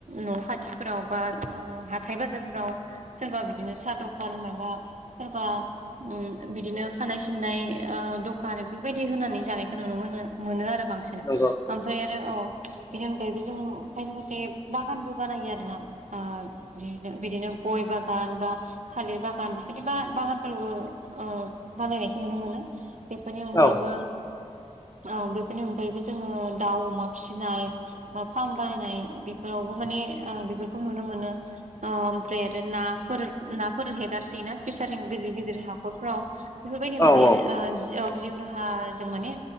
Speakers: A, on the right; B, on the left.
A: न' खाथि फोराव बा हाथाय बाजारफोराव सोरबा बिदिनो साहा दखान माबा सोरबा उम बिदिनो खानाय सिननाय ओ दखान बेबायदि होनानै जानायखौ नुनो मोनो मोनो आरो बांसिन
B: नंगौ
A: ओमफ्राय आरो औ बेनि अनगायैबो जों खायसे बागानबो बानायो आरो मोना बिनो बिदिनो गय बागान बा थालिर बागान बेफोरदि बागानफोरबो ओ बानायनायखौ नुनो मोनो बेफोरनि अनगायैबो
B: औ
A: ओ बेफोरनि अनगायैबो जोङो दाउ अमा फिसिनाय बा फार्म बानायनाय बेफोरावबो माने बेफोरखौ नुनो मोनो ओमफ्राय आरो नाफोर नाफोर हेगारसोयोना फेसारिं गिदिर गिदिर हाखरफ्राव बेफोरबायदि
B: औ
A: माने
B: औ
A: ओ जि वाव जिउ राहाजों माने